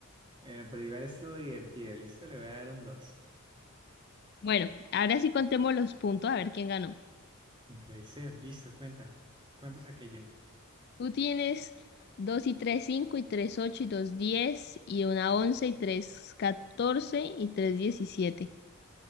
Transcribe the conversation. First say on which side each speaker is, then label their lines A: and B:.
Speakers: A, on the right; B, on the left.
A: Bueno, pero igual estuvo divertido. Listo, le voy a dar un dos
B: Bueno, ahora sí contemos los puntos a ver quién ganó.
A: No puede ser. Listo, cuenta. ¿Cuántos saqué yo?
B: Tú tienes 2 y 3 5 y 3 8 y 2 10 y una 11 y 3 14 y 3 diecisiete